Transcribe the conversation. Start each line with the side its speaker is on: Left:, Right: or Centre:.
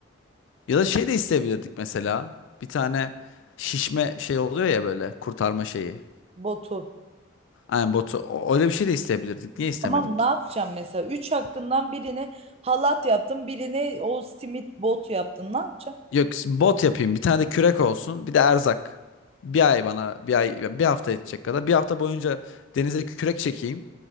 Left: ya da şey de isteyebilirdik mesela bir tane şişme şey oluyor ya böyle kurtarma şeyi.
Right: botu.
Left: Aynen botu. O- Öyle bir şey de isteyebilirdik. Niye istemedik?
Right: Ama ne yapacağım mesela? Üç hakkından birini halat yaptın, birini o simit bot yaptın. Ne yapacağım?
Left: Yok bot yapayım. Bir tane de kürek olsun. Bir de erzak. Bir ay bana bir ay bir hafta yetecek kadar. Bir hafta boyunca denize kürek çekeyim.